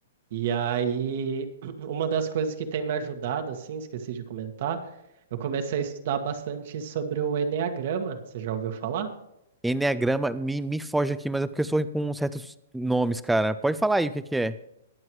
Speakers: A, on the right (about 50°); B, in the centre.
A: E aí, <clears throat> uma das coisas que tem me ajudado, assim, esqueci de comentar, eu comecei a estudar bastante sobre o enneagrama. Você já ouviu falar?
B: enneagrama me, me foge aqui, mas é porque eu sou ruim com certos nomes, cara. Pode falar aí o que que é.